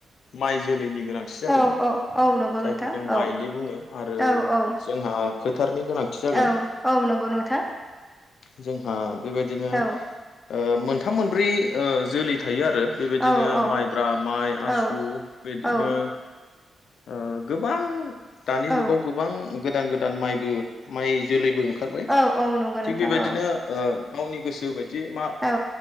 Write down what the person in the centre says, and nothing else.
औ औ औ नंगौ
नोंथां
औ
औ औ
औ औ नंगौ नोंथां
औ
औ औ
औ
औ
औ
औ औ नंगौ नोंथां
औ
औ